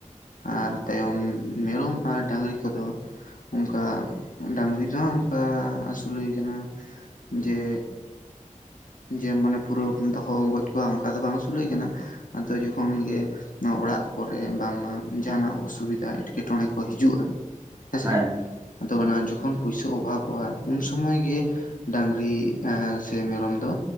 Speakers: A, on the left; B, on the right.
A: ᱟᱨ ᱛᱟᱭᱚᱢ ᱢᱮᱨᱚᱢ ᱟᱨ ᱰᱟᱝᱨᱤ ᱠᱚᱫᱚ ᱚᱱᱠᱟ ᱰᱟᱝᱨᱤ ᱫᱚ ᱦᱟᱸᱜ ᱚᱱᱠᱟ ᱟᱥᱩᱞ ᱦᱩᱭ ᱠᱟᱱᱟ ᱡᱮ ᱡᱮ ᱢᱟᱱᱮ ᱯᱩᱨᱟᱹ ᱫᱚᱦᱚ ᱜᱚᱡ ᱠᱚᱣᱟ ᱚᱱᱠᱟ ᱫᱚ ᱵᱟᱝ ᱟᱹᱥᱩᱞ ᱦᱳᱭ ᱠᱟᱱᱟ ᱟᱫᱚ ᱡᱚᱠᱷᱚᱱ ᱜᱮ ᱱᱚᱣᱟ ᱚᱲᱟᱜ ᱠᱚᱨᱮ ᱵᱟᱝᱢᱟ ᱡᱟᱦᱟᱱᱟᱜ ᱚᱥᱩᱵᱤᱫᱟ ᱮᱴᱠᱮᱴᱚᱲᱮ ᱠᱚ ᱦᱤᱡᱩᱜᱼᱟ ᱦᱮᱸᱥᱮ,
B: ᱦᱮᱸ ᱦᱮᱸ
A: ᱟᱫᱚ
B: ᱦᱮᱸ
A: ᱚᱱᱟ ᱡᱚᱠᱷᱚᱱ ᱯᱩᱭᱥᱟᱹ ᱚᱵᱷᱟᱵᱚᱜᱼᱟ ᱩᱱ ᱥᱚᱢᱚᱭ ᱜᱮ ᱰᱟᱝᱨᱤ ᱮᱸ ᱥᱮ ᱢᱮᱨᱚᱢ ᱫᱚ